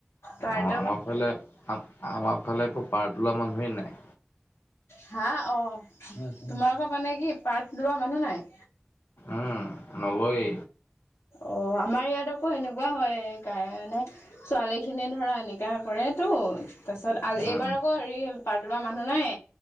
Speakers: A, on the left; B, on the left.
A: পাৰ্ত
B: অঁ আমাৰ ফালে আ-আমাৰ ফালে আকৌ পাৰ্ট লোৱা মানুহেই নাই।
A: হা অ', তোমালোকৰ মানে কি পাৰ্ট লোৱা মানুহ নাই?
B: উ নলয়ে
A: অ', আমাৰ ইয়াত আকৌ এনেকুৱা হয় কাৰণে ছোৱালীখিনিয়ে ধৰা এনেকা কৰেতো তাছত আ এইবাৰ
B: উম
A: আকৌ হেৰি পাৰ্ত ৰুৱা মানুহ নাই